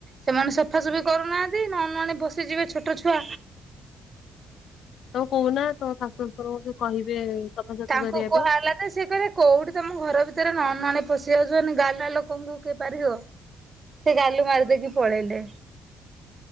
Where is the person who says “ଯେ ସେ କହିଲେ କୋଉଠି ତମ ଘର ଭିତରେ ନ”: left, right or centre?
Right